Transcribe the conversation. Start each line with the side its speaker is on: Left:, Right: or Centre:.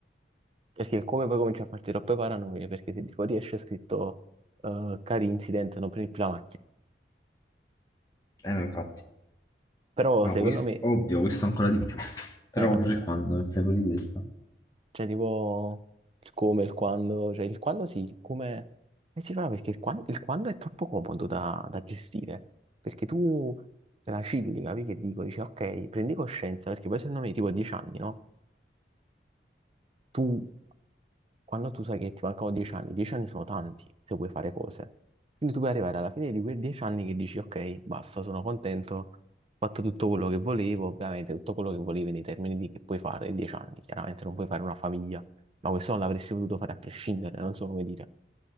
Right: Perché il come poi comincia a farti troppe paranoie. Perché se tipo ti esce scritto... eh, cari incident, non prendi più la macchina.
Left: Eh no, infatti.
Right: Però
Left: No,
Right: secondo
Left: questo,
Right: me...
Left: ovvio, questo ancora di più. Però
Right: Eh, capito.
Left: pure il quando, non stai fuori di testa.
Right: Cioè, tipo il come, il quando, cioè il quando sì, il come eh si fa perché il quan- il quando, è troppo comodo da, da gestire, perché tu te la cilli, capi che dico, dici ok, prendi coscienza, perché poi secondo me tipo a 10 anni, no? Tu quando tu sai che ti mancano dieci anni, dieci anni sono tanti se vuoi fare cose. Quindi tu puoi arrivare alla fine di quei dieci anni che dici, ok, basta, sono contento, ho fatto tutto quello che volevo, ovviamente tutto quello che volevi nei termini di che puoi fare in dieci anni, chiaramente non puoi fare una famiglia, ma questo non l'avresti potuto fare a prescindere, non so come dire,